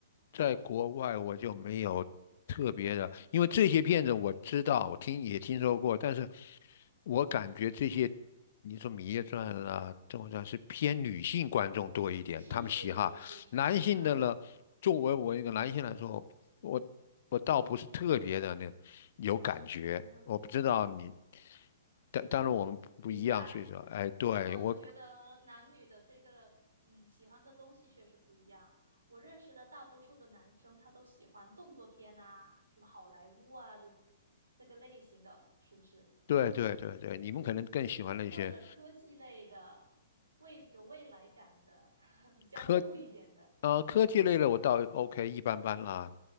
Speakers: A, on the left; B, on the right.
A: 在国外，我就没有特别的，因为这些片子我知道，我听也听说过，但是我感觉这些，你说《芈月传》啊，《甄嬛传》是偏女性观众多一点，
B: <laughs> 是是是是是，
A: 他们喜好男性的呢，
B: <laughs>
A: 作为我一个男性来说，我我倒不是特别的那有感觉，
B: 啊，
A: 我不知道你，但当然我们不一样，
B: 明白，
A: 所以说，哎，对我。
B: 那我觉得男女的这个，嗯，喜欢的东西确实不一样。我认识的大多数的男生，他都喜欢动作片啊，什么好莱坞啊，这这个类型的，是不是？
A: 对对对对，你们可能更喜欢那些。
B: 或者科技类的，未有未来感的，<laughs> 比较酷一点的。
A: 科啊、呃科技类的我倒 OK 一般般啦，